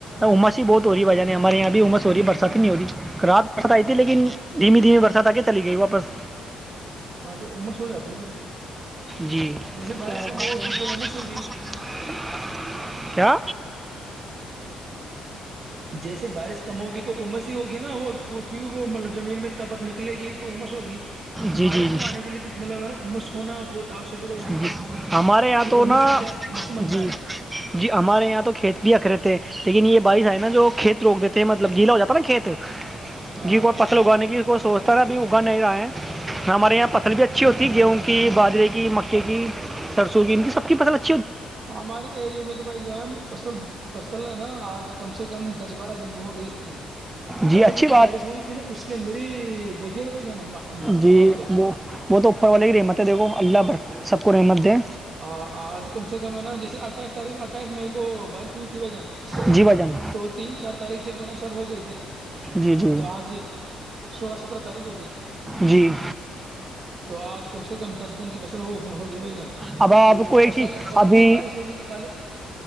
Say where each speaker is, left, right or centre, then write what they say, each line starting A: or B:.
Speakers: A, on the right (about 15°); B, on the right (about 50°).
A: امت ہی بہت ہو رہی ہے بھائی جان ہمارے یہاں بھی عمر ہو رہی ہے برسات نہیں ہو رہی رات برس آئی
B: ہاں
A: تھی لیکن دھیمی دھیمی برس س آ کے چلی گئی واپس
B: ہاں تو عمس ہو جاتی ہے پھر
A: جی
B: جیسے بارش
A: کیا
B: کم ہوگی تو امس ہوگی جیسے بارش کم ہوگی تو عمس ہی ہوگی نا وہ کیونکہ وہ مطلب زمین میں تپت نکلے گی تو امس ہوگی
A: جی
B: بارش
A: جی جی
B: کو آنے کے لیے تو مطلب نا امس ہونا بہت آوشک ہے بھائی ج
A: جی ہمارے یہاں
B: کہ
A: تو
B: امس
A: نا
B: سے کیا موسم بنتا
A: جی
B: ہے
A: جی ہمارے یہاں تو کھیت بھی اکھ رہے تھے لیکن یہ بارش ہے نا جو کھیت روک دیتے ہیں مطلب گیلا ہواتا نا کھیت
B: ہاں
A: جی کو پتر اگانے کی کو سوچتا رہا ابھی اگا نہیں رہا ہے ہمارے یہاں فصل بھی اچھی ہوتی ہے گیہوں کی باجرے کی مکے کی سرسوں کی ان کی سب کی فصل ا
B: ہمارے ایریے میں تو بھائی جان فصل فصل ہے نا آج کم سے کم دس بارہ دن کی ہوگئی پہلے
A: جی اچھی
B: کی جو بارش ہوئی تھی نا اس کے اندر ہی بو دیا تھا بھائی جان
A: جی
B: ہمارے تو
A: وہ وہ تو اوپر والے ہی رحمت ہے دیکھو اللہ اور سب کو نعمت دیں
B: آج کم سے کم ہے نا جیسے اٹ اٹھائیس تاریخ اٹھائی م کو بارش ہوئی تھی بھ جان
A: جی بھائی جان
B: تو تین چار تاریخ سے بنا اسٹارٹ ہو گئے تھے
A: جی جی
B: تو آج سولہ سترہ تاریخ ہو گئی
A: جی
B: تو آج کم سے کم دس دن کی پسند ہو ہوگئے بھ جان
A: اب آپ
B: تو
A: کوئی
B: فصل
A: چیز
B: اور
A: ابھی
B: پھر بارش ہو گئی تو پہلے